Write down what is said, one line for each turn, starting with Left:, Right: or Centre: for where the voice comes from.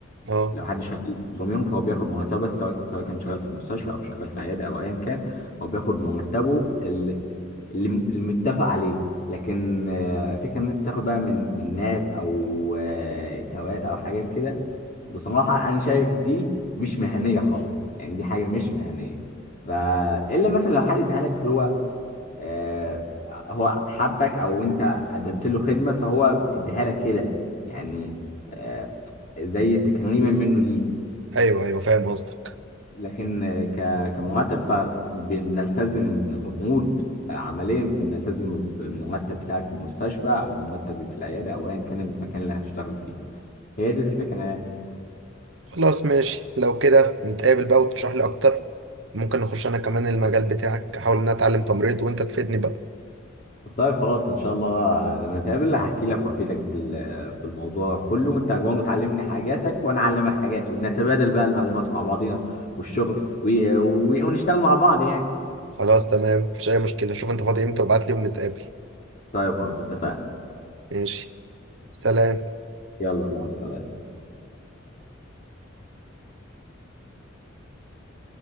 Right: اه
Left: لو حد شغال بضميره فهو بياخد مرتبه بس سواء سواء كان شغال في مستشفى او شغال في عياده او ايا كان هو بياخد مرتبه اللي اللي المتفق عليه لكن آه، فكره ان انت تاخد بقى من من ناس او آه، توات او حاجات كده بصراحه انا شايف دي مش مهنيه خالص يعني دي حاجه مش مهنيه فالا مثلا لو حد اديها لك هو آه، هو حبك او انت قدمت له خدمه فهو اديها لك كده يعني آه، زي تكريما منه ليه
Right: ايوه ايوه فاهم قصدك
Left: لكن آه، ك- كمرتب فبنلتزم المفروض آه، عمليا بنلتزم بالمرتب بتاعك في المستشفى او مرتبي في العياده او ايا كان المكان اللي هشتغل فيه هي دي الفكره يعني.
Right: خلاص ماشي لو كده نتقابل بقى وتشرح لي اكتر ممكن نخش انا كمان المجال بتاعك احاول ان أنا اتعلم تمريض وانت تفيدني بقى
Left: طيب خلاص ان شاء الله لما نتقابل هحكي لك وافيدك بال- بالموضوع كله وانت برضه تعلمني حاجاتك وانا اعلمك حاجاتي ونتبادل بقى المعلومات مع بعضينا والشغل و... و... ونشتغل مع بعض يعني
Right: خلاص تمام مفيش اي مشكلة شوف انت فاضي امتى وابعت لي ونتقابل
Left: طيب خلاص اتفقنا
Right: ماشي سلام
Left: يلا مع السلامة